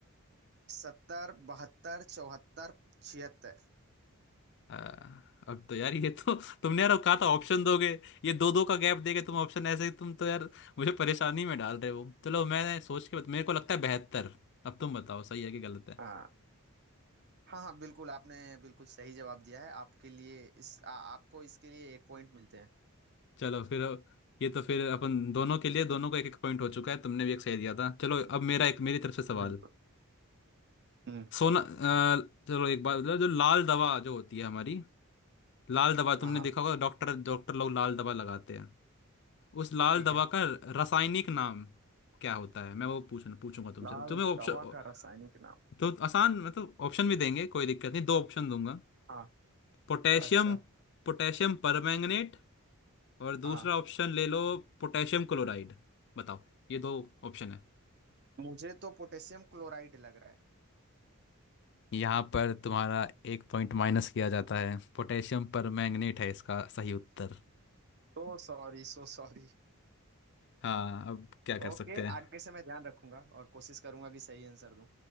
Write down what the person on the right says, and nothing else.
सत्तर बहत्तर चौहत्तर छिहत्तर
हाँ हाँ हाँ बिल्कुल आपने बिल्कुल सही जवाब दिया है आपके लिए इस आ, आपको इसके लिए एक पॉइंट मिलते हैं
बिल्कुल हम्म
हाँ हाँ
ठीक
है
लाल
दवा का रासायनिक नाम
हाँ
अच्छा
हाँ
मुझे तो पोटेशियम क्लोराइड लग रहा है
तो सॉरी सो सॉरी
ओके
आगे से मैं ध्यान रखूंगा और कोशिश करूंगा कि सही आंसर दूं